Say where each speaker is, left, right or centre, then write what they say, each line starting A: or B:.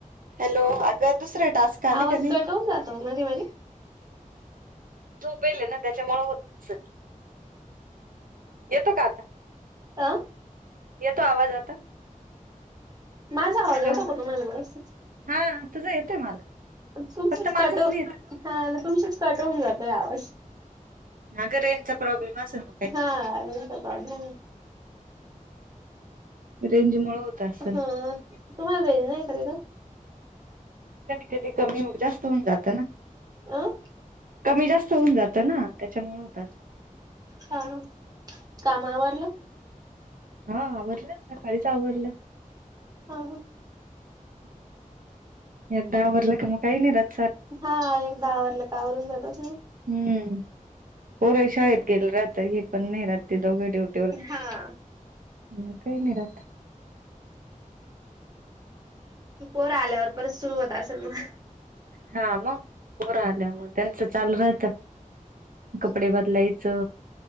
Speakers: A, on the right (about 85°); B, on the right (about 25°).
A: हॅलो अग दुसरे टास्क आले
B: आवाज
A: का नाही
B: कटवून जातो मध्येे मध्ये
A: झोपेल ना त्याच्यामु होत अस येतो काात.
B: अ.
A: या तो आवाज आता.
B: माझा आवाजा
A: हॅलो
B: बक तुम्हाला बस.
A: हा तुझं येतंय मला.
B: तुमचच
A: फक्त माझंच
B: कटव
A: नाही येत
B: हा तुमचीच कटवून जातो यावाज.
A: अगं रेनचा प्रॉब्लेम असे ना.
B: हा अंत प्रॉब्लेम.
A: रेंज मु होत असल.
B: हा तुम्हाला भेज नाही कारी का.
A: कधी कधी कमी होऊ जास्त होऊन जातं ना.
B: अं.
A: कमी जास्त होऊन जातं ना त्याच्यामुळे होत अस.
B: हा कामावरला
A: हा आवडलं सकाळीच आवरडलं.
B: ह ह.
A: दहा वरला का मग काही नाही राह.
B: हा एकदा आवरलं का आवरून जात.
A: हम्म पोर्या शाळेत गेलं राहत हे पण नाही राहातते दोघे डट.
B: हा.
A: म काहीनरत.
B: तू पोर आल्यावर परत सुरू होता असेल मग.
A: हा मग पोरं आल्या मग त्यांचं चालू राहतं. कपडे बदलायचं.